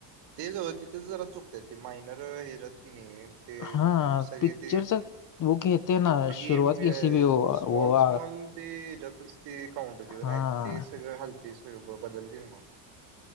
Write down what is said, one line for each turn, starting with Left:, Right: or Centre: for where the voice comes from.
Right: तेच ओ तिथंच जरा चुकत्यात ती मायनर हे जात की नाही ते
Left: हां,
Right: सगळे
Left: पिक्चरचा
Right: ते
Left: वो घेते ना
Right: रंगी
Left: सुरुवात
Right: मिळेल
Left: कैसी भी हो,
Right: स्मॉल
Left: वो आ
Right: स्मॉल ते <unintelligible> ते काउंटऊन
Left: हां,
Right: नाही तर ते सगळं हालतील सगळं बदलतील मंग